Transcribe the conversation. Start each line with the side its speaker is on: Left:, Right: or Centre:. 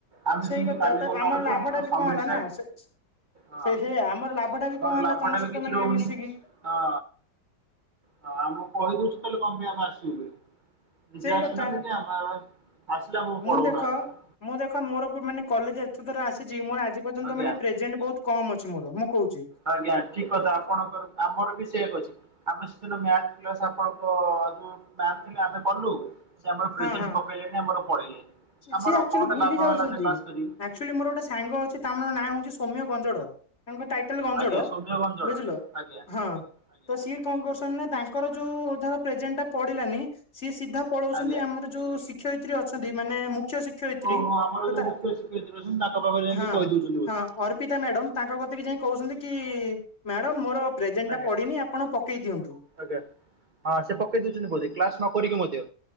Right: ଆମେ
Left: ସେଇ
Right: ଯେମିତି
Left: କଥା
Right: କାଲି
Left: ତ
Right: ଗଲା ବେଳକୁ
Left: ଲାଭ
Right: ଆମର
Left: ଟା ବି
Right: ସମୀର
Left: କଣ ହେଲା
Right: ସାର୍।
Left: ନା ସେ
Right: ହଁ
Left: ସେ ହେଇଆ ଆମର ଲାଭ ଟା ବି
Right: ଆମର
Left: କଣ ହେଲା
Right: ଲାଭଟାରେ
Left: ତମ ସହିତ
Right: କିଛି
Left: ମାନେ
Right: ରହୁନି
Left: ମିଶିକି
Right: ହଁ। ହଁ ଆମକୁ କହି ଦଉଛୁ ତାହେଲେ କଣ ପାଇଁ ଆମେ ଆସିବୁ ବୋଲି। ନିଜେ
Left: ସେଇ
Right: ଆସନ୍ତି
Left: କଥା
Right: ନି ଆମର ଆସିଲେ ଆମେକୁ
Left: ମୁଁ
Right: ପଢଉନାହାନ୍ତି।
Left: ଦେଖ ମୁଁ ଦେଖ ମୋର ଗୋ ମାନେ କଲେଜ ଏତ ଥର ଆସିଚି। ମୋର ଆଜି ପର୍ଯ୍ୟନ୍ତ
Right: ଆଜ୍ଞା।
Left: ମାନେ ପ୍ରେଜେଣ୍ଟ୍ ବହୁତ କମ୍ ଅଛି ମୋର ମୁଁ କହୁଚି।
Right: ଆଜ୍ଞା ଠିକ୍ କଥା ଆପଣଙ୍କର ଆମର ବି ସେଭ୍ ଅଛି ଆମେ ସେଦିନ୍ ମ୍ୟାଥ୍ କ୍ଲାସ୍ ଆପଣଙ୍କ ତାରି ଦିନ ଆମେ କଲୁ। ସେ ଆମର
Left: ହଁ
Right: ପ୍ରେଜେଣ୍ଟ୍
Left: ହଁ
Right: ପକେଇଲେନି ଆମର ପଢେଇଲେ। ଆମର
Left: ସିଏ ଆକ୍ଚୁଆଲି
Right: କଣଟା
Left: ଭୁଲି
Right: ଲାଭ
Left: ଯାଉଛନ୍ତି।
Right: ହେଲା ଯେ ପାଶ୍ କରି କି।
Left: ଆକ୍ଚୁଆଲି ମୋର ଗୋଟେ ସାଙ୍ଗ ଅଛି ତାଙ୍କର ନାଁ ହଉଛି ସୋମ୍ୟ ଗଞ୍ଜଡ। ତାଙ୍କର ଟା ଟାଇଟେଲ୍ ଗଞ୍ଜଡ
Right: ଆଜ୍ଞା ସୌମ୍ୟ ଗଞ୍ଜଡ଼
Left: ବୁଝିଲ
Right: ଆଜ୍ଞା।
Left: ହଁ।
Right: ଆଜ୍ଞା
Left: ତ ସିଏ କଣ କରୁଛନ୍ତି ନା ତାଙ୍କର ଯୋଉ ଧର ପ୍ରେଜେଣ୍ଟଟା ପଡିଲାନି ସିଏ ସିଧା ପଳୋ ଉଚନ୍ତି
Right: ଆଜ୍ଞା।
Left: ଆମର ଯୋଉ ଶିକ୍ଷୟିତ୍ରୀ ଅଛନ୍ତି‌। ମାନେ ମୁଖ୍ୟ ଶି ଶିକ୍ଷୟତ୍ରୀ
Right: ଓହୋ ଆମର
Left: ତଥା
Right: ଯୋଉ ମୁଖ୍ୟ ଶିକ୍ଷୟତ୍ରୀ ଅଛନ୍ତି ତାଙ୍କ ପାଖରେ ଯାଇକି
Left: ହଁ
Right: କହିଦଉଛନ୍ତି ବୋଧେ।
Left: ହଁ ଅର୍ପିତା ମ୍ୟାଡ଼ାମ୍। ତାଙ୍କ କତି କି ଯାଇ କହୁଛନ୍ତି କି ମ୍ୟାଡ଼ାମ୍ ମୋର ପ୍ରେଜେଣ୍ଟ୍
Right: ଆଜ୍ଞା
Left: ପଡିନି ଆପଣ ପକେଇ ଦିଅନ୍ତୁ।
Right: ଆଜ୍ଞା ହଁ ସେ ପକେଇ ଦଉଚନ୍ତି ବୋଧେ କ୍ଲାସ ନ କରିକି ମଧ୍ୟ।